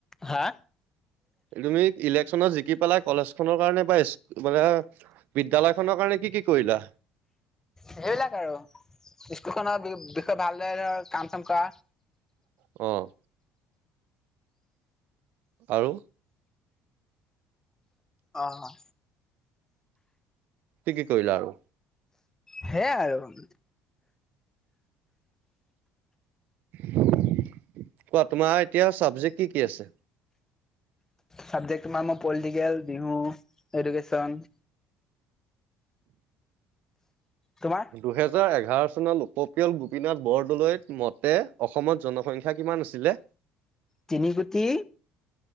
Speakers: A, on the left; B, on the right.
A: হা?
B: তুমি ইলেকশচনত জিকি পেলাই, কলেজ খনৰ কাৰণে বা স্ক মানে বিদ্যয়ালয় খনৰ কাৰণে কি কি কৰিলা?
A: সেইবিলাক আৰু স্কুল খনৰ বি বিষয়ে ভালদৰে দৰে কাম চাম কৰা।
B: অঁ। আৰু।
A: অঁ, অঁ <inaudible>
B: কি কি কৰিলা আৰু?
A: সেয়াই আৰু
B: কোৱা তোমাৰ এতিয়া, চাবজেক্ট কি কি আছে?
A: চাবজেক্ট তোমাৰ মো পলিটিকেল, বিহু, এডুকেশ্যন তোমাৰ
B: দুহেজাৰ এঘাৰ চনতো লোকপিয়ল গোপীনাথ বৰদলৈত মতে, অসমত জনসংখ্যা কিমান আছিলে?
A: তিনি কোটি